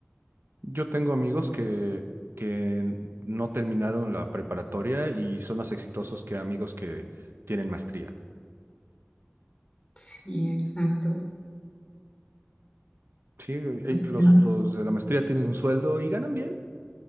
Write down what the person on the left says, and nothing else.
Sí, exacto.
O
sea,